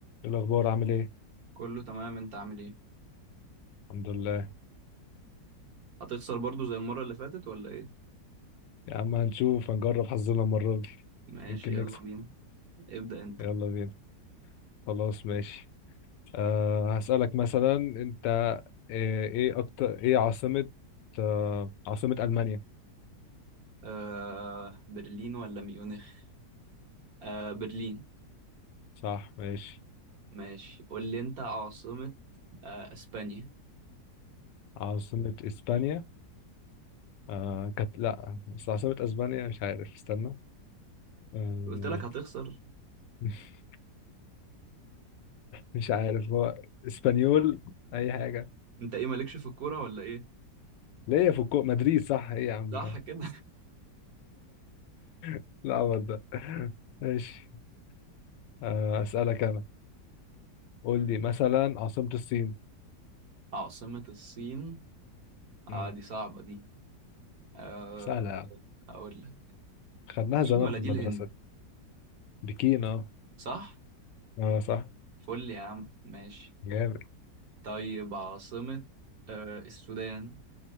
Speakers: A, on the left (about 80°); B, on the right (about 60°).
A: إيه الأخبار عامل إيه؟
B: كله تمام انت عامل ايه
A: الحمد لله
B: هتخسر برضو زي المرة اللي فاتت ولا ايه
A: يا عم هنشوف هنجرب حظنا المرة دي
B: ماشي
A: يمكن
B: يلا
A: نكسب
B: بينا ابدأ انت
A: يلا بينا خلاص ماشي أه هسألك مثلا أنت إيه, إيه أكتر إيه عاصمة أه عاصمة ألمانيا
B: آه برلين ولا ميونخ آه برلين
A: صح ماشي
B: ماشي قول لي انت عاصمة آه اسبانيا
A: عاصمة إسبانيا أه كانت لأ بس عاصمة أسبانيا مش عارف استنى أه
B: قلت لك هتخسر
A: <laughs> مش عارف هو إسبانيول أي حاجة
B: انت ايه مالكش في الكورة ولا ايه
A: ليه في الكو مدريد صح إيه يا عم
B: صح
A: ده
B: كده
A: <laughs> لا ده ماشي آه، أسألك أنا قول لي مثلا عاصمة الصين
B: <laughs> عاصمة الصين
A: مم.
B: آه دي صعبة دي آه
A: سهلة يا عم
B: هقول لك
A: خدناها
B: بكين
A: زمان
B: ولا
A: في
B: دي
A: المدرسة
B: الهند
A: دي بكين اه
B: صح
A: اه صح
B: فل يا عم ماشي
A: جامد
B: طيب عاصمة آه السودان